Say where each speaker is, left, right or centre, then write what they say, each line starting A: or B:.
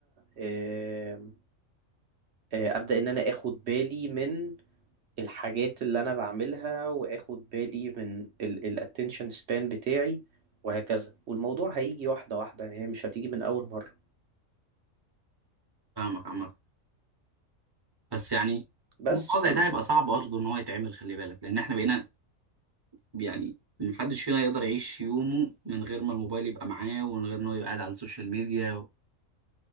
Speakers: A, on the right (about 60°); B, on the right (about 25°).
A: آم، آه، ابدا ان انا اخد بالي من الحاجات اللي انا بعملها واخد بالي من الاتنشن سبان بتاعي وهكذا والموضوع هيجي واحده واحده يعني هي مش هتيجي من اول مره
B: فاهمك عامة بس يعني
A: بس
B: الموضوع
A: ف
B: زي ده هيبقى صعب برضه ان هو يتعمل خلي بالك لان احنا بقينا يعني محدش فينا يقدر يعيش يومه من غير ما الموبايل يبقى معاه ومن غير ان هو يبقى قاعد على السوشيال ميديا و...